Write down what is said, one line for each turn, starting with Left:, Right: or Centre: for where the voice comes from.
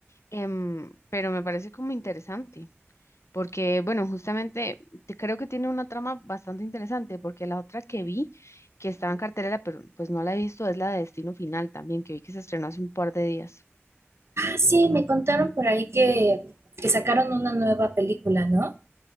Left: em, pero me parece como interesante. Porque, bueno, justamente te- creo que tiene una trama bastante interesante, porque la otra que vi, que estaba en cartelera, pero pues no la he visto, es la de Destino Final también, que vi que se estrenó hace un par de días.
Right: Sí, me contaron por ahí que, que sacaron una nueva película, ¿no?